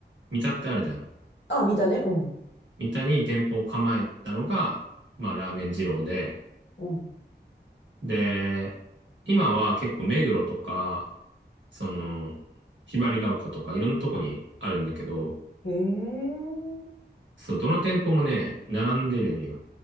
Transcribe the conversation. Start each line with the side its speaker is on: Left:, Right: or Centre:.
Right: 三田ってあるじゃん。
Left: あ、見たね。うん。
Right: 三田に店舗を構えたのが、まあ、ラーメン二郎で、
Left: うん。
Right: で、今は結構目黒とか、その、ひばりが丘とかいろんなとこにあるんだけど、
Left: へえ。
Right: そう、どの店舗もね、並んでるんよ。